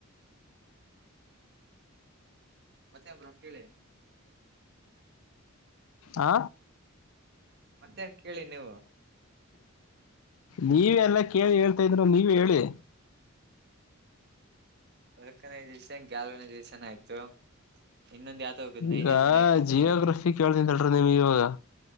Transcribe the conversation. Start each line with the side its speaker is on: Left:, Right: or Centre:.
Right: ಮತ್ತೆ ಬ್ರೋ ಕೇಳಿ
Left: ಆ
Right: ಮತ್ತೇನ್ ಕೇಳಿ ನೀವು
Left: ನೀವ ಎಲ್ಲ ಕೇಳಿ ಹೇಳ್ತಾ ಇದ್ದೀರಾ ನೀವೆ ಹೇಳಿ
Right: ವರ್ಕನೈಜೇಷನ್ ಗಲನೈಜೇಷನ್ ಆಯ್ತು ಇನ್ನೊಂದ್ ಯಾವ್ದ ಹೋಗುದು ನೈಜೇಷನ್
Left: ಈಗ
Right: ಐತಿ ತಡ್ರಿ
Left: ಜಿಯೋಗ್ರಫಿ <unintelligible> ನಿಮ್ಗೆ ಇವಾಗ